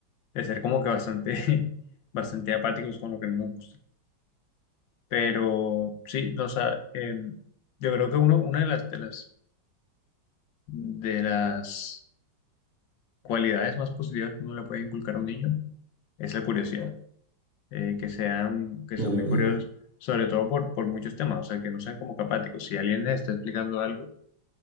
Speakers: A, on the left; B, on the right.
A: de ser como que bastante, <laughs> bastante apáticos con lo que no nos gusta. Pero sí, no, o sea, em, yo creo que uno, una de las, de las, de las cualidades más positivas que uno le puede inculcar a un niño es la curiosidad. Eh, que sean, que
B: No,
A: sean
B: de
A: muy
B: verdad.
A: curiosos, sobre todo por, por muchos temas, o sea, que no sean como que apáticos. Si alguien les está explicando algo,